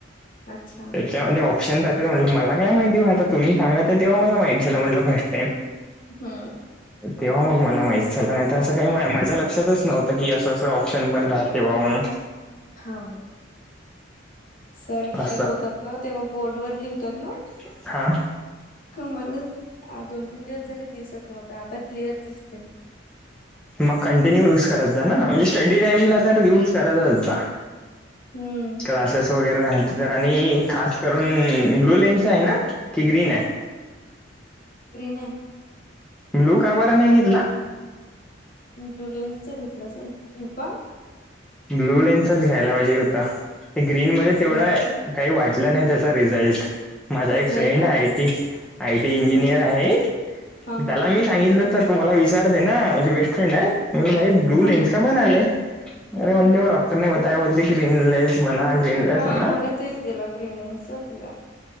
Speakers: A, on the left (about 45°); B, in the centre.
A: अच्छा.
B: त्याच्यामध्ये ऑप्शन जात म्हटल मला काय माहिती आता तुम्ही सांगतल तेव्हा मला माहिती झालं म्हटलं फर्स्ट टाईम.
A: हम्म.
B: तेव्हा मग मला माहित झाल नाही तर असं काही माझ्या लक्षातच नव्हतं की असं अस ऑप्शन पण राहतेव्हा म्हणून. <unintelligible> <unintelligible>
A: हा, ह. सर
B: जेव्हा
A: शिकवतात ना, तेव्हा बोर्डवरर लिवतात ना,
B: ना हा
A: म्हणून च दोन तीन दिवस झाले, दिसत नव्हता, आता क्लिअर दिसते.
B: मग कंटिन्यू युज करत जा ना, म्हणजे स्टडी टाईमला तर, युज करतच जा.
A: हम्म
B: क्लासेस वगैरे आहेत. तर आणि खास करून ब्लू लेनच आहे ना की ग्रीन आहे?
A: प्रिणे
B: ब्लू का बरं नाही घेतला?
A: ब्लु लेन्सच घेतलाच नाही. घेऊ का?
B: ब्लू लेनचाच घ्यायला पाहिजे होता ग्रीनमध्ये
A: हो
B: तेवढा
A: का
B: काही वाटलं नाही त्याचा रिझल्ट. माझा एक फ्रेंड
A: नाही का
B: आयीटी, आयटी इंजिनियर
A: हा
B: आहे
A: हा
B: त्याला मी सांगितलं तर तुम्हाला विसारते ना म्हणजे बेस्ट फ्रेंड आहे म्हटलं भाई ब्लू
A: हा
B: लेन्स
A: हा
B: चा बनाले अरे म्हणते डॉक्टने बताया बोलते ग्रीन लेन्स बना ग्रीन लेन्स
A: हा
B: बना
A: मला तेच दिलं ग्रीनलेन्सच दिला.